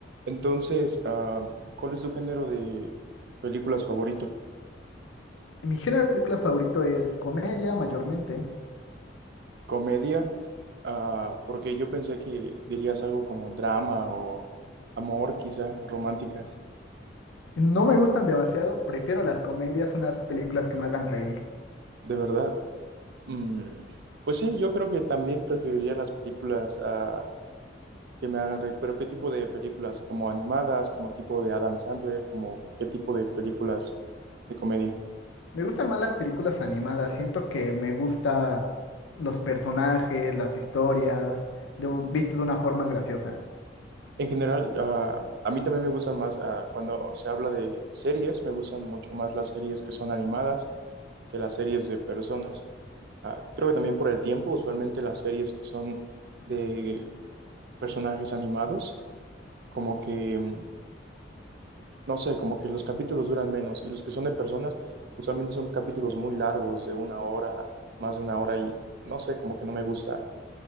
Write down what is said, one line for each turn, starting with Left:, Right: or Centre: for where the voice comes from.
Right: Entonces, ah, ¿cuál es tu género de películas favorito?
Left: Mi género de películas favorito es comedia, mayormente.
Right: ¿Comedia? Ah, porque yo pensé que dirías algo como drama o amor, quizá, románticas.
Left: No me gustan demasiado, prefiero las comedias, unas películas que me hagan reír.
Right: De verdad. Mm, pues sí, yo creo que también preferiría las películas ah, que me hagan reír, pero ¿qué tipo de películas? ¿Como animadas? ¿Como tipo de Adam Sandler? ¿Como qué tipo de películas de comedia?
Left: Me gustan más las películas animadas, siento que me gusta los personajes, las historias, de, un- visto de una forma graciosa.
Right: En general, ah, a mí también me gustan más, ah, cuando se habla de series, me gustan mucho más las series que son animadas que las series de personas. Ah, creo que también por el tiempo, usualmente las series que son de personajes animados, como que, mm, no sé, como que los capítulos duran menos y los que son de personas, usualmente son capítulos muy largos, de una hora, más de una hora y no sé, como que no me gusta